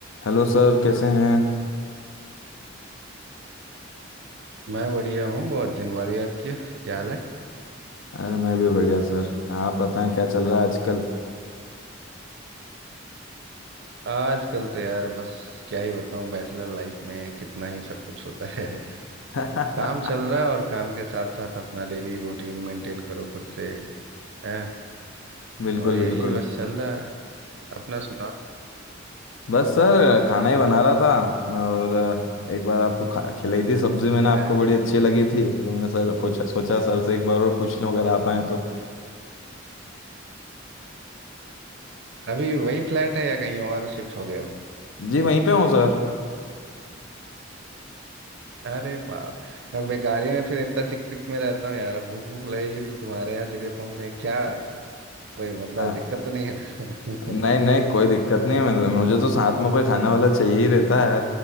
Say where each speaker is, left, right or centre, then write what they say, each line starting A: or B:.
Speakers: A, on the left (about 70°); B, on the right (about 60°).
A: Hello sir कैसे हैं
B: मैं बढ़िया हूँ बहुत दिन बाद याद किया क्या हाल है
A: अरे मैं भी बढ़िया सर आप बताएं क्या चल रहा है आजकल
B: आजकल तो यार बस क्या ही बताऊँ बैचलर लाइफ में कितना ही सब कुछ होता है <laughs>
A: <laughs>
B: काम चल रहा है और काम के साथ साथ अपना डेली रूटीन मेंटेन करो खुद से हैं
A: बिल्कुल
B: और यही
A: बिल्कुल
B: बस चल रहा है अपना सुनाओ
A: बस सर खाना ही बना रहा था और अ, एक बार आपको खा- खिलाई थी सब्जी मैंने आपको
B: है
A: बड़ी अच्छी लगी थी तो मैंने सर पूछा सोचा सर से एक बार और पूछ लूं अगर आप आए तो
B: अभी वही फ्लैट है या कहीं और शिफ्ट हो गए हो
A: जी वहीं पे हूँ सर
B: अरे बाप मैं बेकारी में फिर इतना चिकपिक में रहता हूँ यार अब भूख भूख लगेगी तो तुम्हारे यहाँ सीधे पहुंचे क्या कोई मतलब
A: हाँ,
B: दिक्कत तो नहीं है ना
A: नहीं नहीं कोई दिक्कत नहीं है मैं- मुझे तो साथ में कोई खाने वाला चाहिए ही रहता है